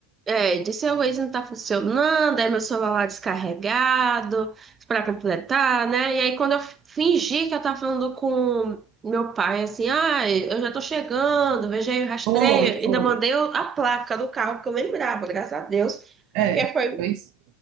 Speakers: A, on the right; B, on the right.
A: É, disse, o Waze não tá funcionando, aí meu celular lá descarregado, pra completar, né? E aí quando eu fingi que eu tava falando com meu pai, assim, ah, eu já tô chegando, veja aí o rastreio,
B: Foi,
A: ainda
B: foi.
A: mandei o- a placa do carro, porque eu lembrava, graças a Deus,
B: É,
A: porque foi
B: foi isso,